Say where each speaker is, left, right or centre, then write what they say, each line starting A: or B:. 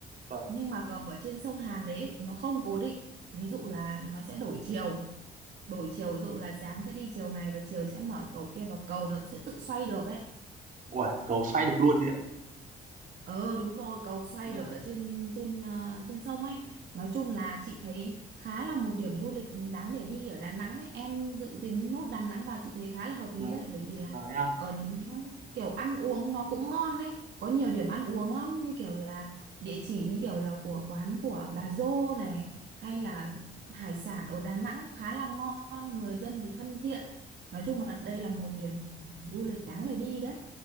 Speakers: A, on the right (about 40°); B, on the right (about 60°).
A: vâng
B: Nhưng mà cầu ở trên sông Hàn đấy thì nó không cố định. Ví dụ là nó sẽ đổi chiều, đổi chiều ví dụ là sáng sẽ đi chiều này và chiều sẽ mở cầu kia và cầu nó sẽ tự xoay được ấy.
A: ui cầu xoay được luôn đấy ạ
B: Ờ đúng rồi, cầu xoay
A: nha
B: được ở trên trên ờ, trên sông ấy. Nói chung là chị thấy khá là một điểm du lịch đáng để đi ở Đà Nẵng đấy. Em dự tính nốt Đà Nẵng vào chị thấy khá là hợp lý
A: vâng
B: đấy, bởi vì là
A: vâng em
B: ở Đà Nẵng kiểu ăn uống nó cũng ngon đấy, có nhiều điểm ăn uống lắm như kiểu là địa chỉ như kiểu là của quán của bà Dô này hay là hải sản ở Đà Nẵng khá là ngon, người dân thì thân thiện. Nói chung là đây là một điểm du lịch đáng để đi đấy.